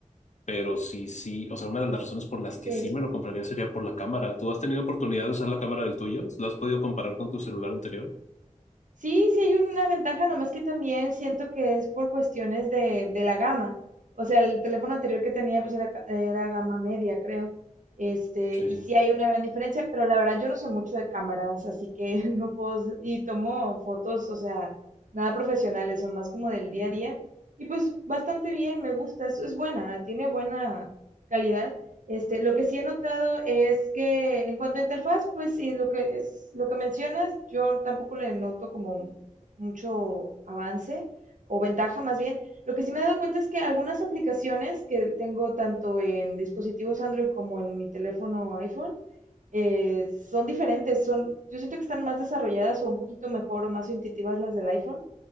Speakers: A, on the left; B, on the right.
A: Pero sí, sí, o sea, una de las razones por las que
B: Sí,
A: sí
B: Sí, sí.
A: me
B: sí.
A: lo compraría sería por la cámara. ¿Tú has tenido oportunidad de usar la cámara del tuyo? ¿La has podido comparar con tu celular anterior?
B: Sí, sí hay una ventaja, nomás que también siento que es por cuestiones de, de la gama. O sea, el teléfono anterior que tenía pues era, ca- era gama media, creo. Este,
A: Sí,
B: y sí hay una gran diferencia, pero la verdad yo no sé mucho de cámaras, así que <laughs> no puedo, s- y tomo fotos, o sea, nada profesionales, son más como del día a día. Y pues bastante bien, me gusta, es, es buena, tiene buena calidad. Este, lo que sí he notado es que en cuanto a interfaz, pues sí, lo que es, lo que mencionas, yo tampoco le noto como mucho avance o ventaja más bien. Lo que sí me he dado cuenta es que algunas aplicaciones que tengo tanto en dispositivos Android como en mi teléfono iPhone eh, son diferentes, son, yo siento que están más desarrolladas o un poquito mejor o más intuitivas las del iPhone.